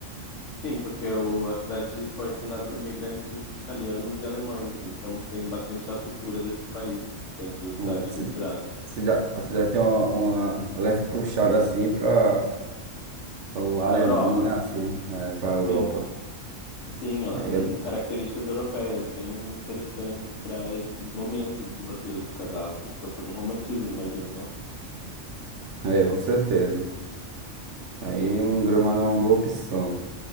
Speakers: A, on the left (about 70°); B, on the right (about 65°).
A: Sim, porque o, a cidade foi fundada por imigrantes italianos e alemães, então tem bastante da cultura desses países dentro da cidade
B: Hum. Ci-
A: misturado.
B: cida- A cidade tem uma, uma leve puxada assim para o alemão,
A: Para a Europa,
B: né? Assim, é, para a Europa.
A: sim, sim, ela
B: E aí
A: tem características europeias bem interessantes para esse momento de vocês do casal, que procuram um romantismo, imagino, não?
B: é, é, com certeza. Aí um gramado é uma boa opção.